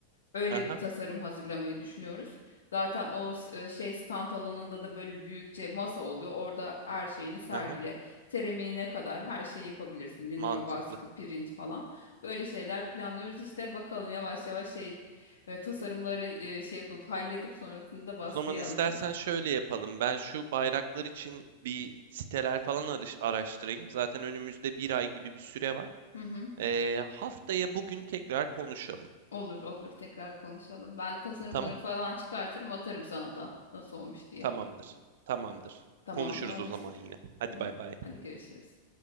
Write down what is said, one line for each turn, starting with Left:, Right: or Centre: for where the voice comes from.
Left: Öyle
Right: Aha,
Left: bir tasarım hazırlamayı düşünüyoruz. Zaten o s- e, şey stand alanında da böyle büyükçe masa oluyor. Orada her şeyini sergile.
Right: aha,
Left: Seramiğine kadar her şeyi yapabilirsin. Linol
Right: mantıklı.
Left: baskı, print falan. Böyle şeyler planlıyoruz. işte bakalım yavaş yavaş şey e, tasarımları e, şey yapıp halledip sonrasında baskıya
Right: O zaman istersen
Left: alacağız.
Right: şöyle yapalım. Ben şu bayraklar için bir siteler falan arış- araştırayım. Zaten önümüzde bir ay gibi bir süre var.
Left: Hı hı.
Right: Ee, haftaya bugün tekrar konuşalım.
Left: Olur olur tekrar konuşalım. Ben tasarımları
Right: Tamam?
Left: falan çıkartırım atarım sana da nasıl olmuş diye.
Right: Tamamdır. Tamamdır.
Left: Tamamdır
Right: Konuşuruz
Left: anlaştık.
Right: o zaman yine. Hadi
Left: Tamam
Right: bay bay.
Left: hadi görüşürüz.